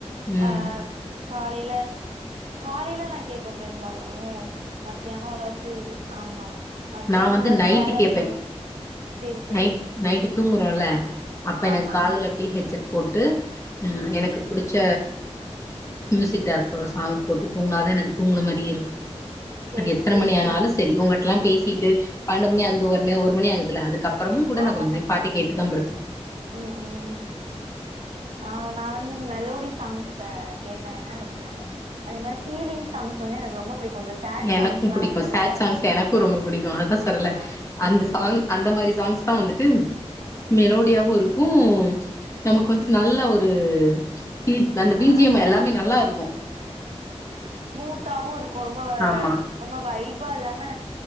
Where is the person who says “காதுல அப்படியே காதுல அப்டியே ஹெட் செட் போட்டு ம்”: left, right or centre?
Left